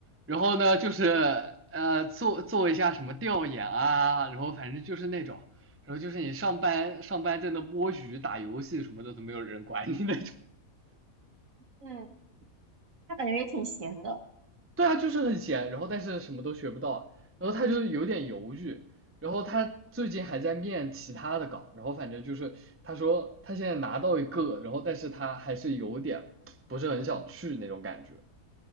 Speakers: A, on the right (about 15°); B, on the right (about 65°).
A: 然后呢就是呃做做一下什么调研啊，然后反正就是那种，然后就是你上班上班在那摸鱼打游戏什么的都没有人管你那种。
B: 嗯，他感觉也挺闲的。
A: 对啊，就是很闲，然后但是什么都学不到啊，然后他就有点犹豫，然后他最近还在面其他的岗，然后反正就是他说他现在拿到一个，然后但是他还是有点不是很想去那种感觉，